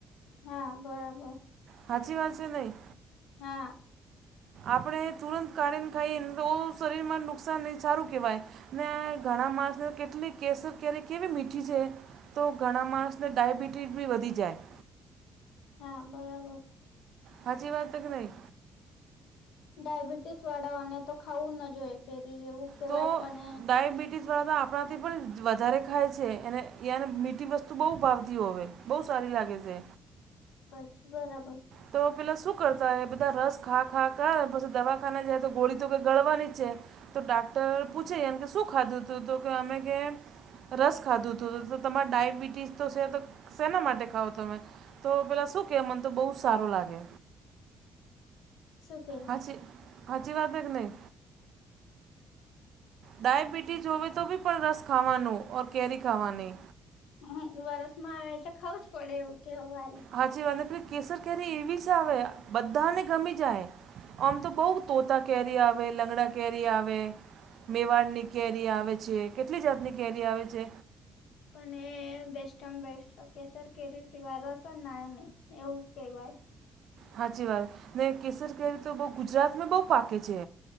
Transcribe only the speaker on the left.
હા બરાબર
હા
હા બરાબર
ડાયાબિટીસ વાળાઓને તો ખાવું ન જોઈએ કેરી એવું કેવાય
પણ
અચછી બરાબર
શું કે
હમ વરસ માં આવે એટલે ખઉું જ પડે એવું કે વારી
પણ એ બેસ્ટમ બેસ્ટ કેસર કેરી સિવાય રસન ના નહી એવું કહેવાય